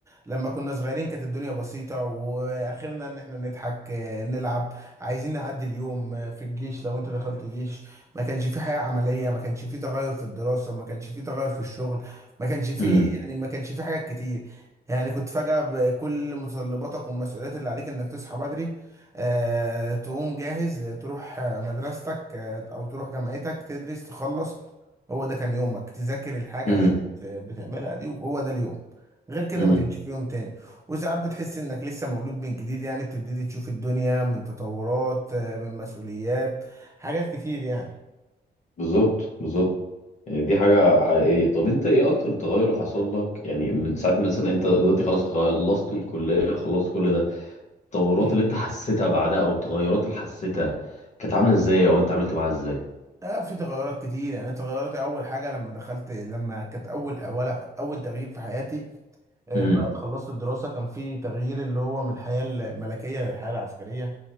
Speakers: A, on the right (about 15°); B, on the left (about 40°).
A: لما كنا صغيرين كانت الدنيا بسيطة واخرنا ان احنا نضحك آه، نلعب عايزين نعدي اليوم آه، في الجيش لو انت دخلت جيش ما كانش في حياة عملية ما كانش في تغير في الدراسة ما كانش في تغير في الشغل ما كانش في
B: امم
A: يعني ما كانش في حاجات كتير يعني كنت فجأة بكل متطلباتك والمسؤوليات اللي عليك انك تصحى بدري آه، تقوم جاهز آه، تروح آه، مدرستك آه، او تروح جامعتك تدرس تخلص هو ده كان يومك تذاكر الحاجة
B: امم
A: اللي انت بت- بتعملها دي وهو ده اليوم غير كده
B: امم
A: ما كانش في يوم تاني وساعات بتحس انك لسه مولود من جديد يعني بتبتدي تشوف الدنيا من تطورات آه، من مسؤوليات حاجات كتير يعني
B: بالظبط بالظبط يعني دي حاجة حقيقية طب انت ايه اكتر تغير حصل لك يعني من ساعة مثلا انت دلوقتي خلاص خلصت الكلية خلصت كل ده التطورات
A: مم.
B: اللي انت حسيتها بعدها او التغيرات اللي حسيتها كانت عاملة ازاي او انت عملت معاها ازاي
A: آه، في تغيرات كتير يعني تغيرات اول حاجه لما دخلت لما كانت اول ولا اول تغيير في حياتي آه،
B: امم
A: بعد خلصت الدراسه كان في تغيير اللي هو من الحياه الملكيه للحياه العسكريه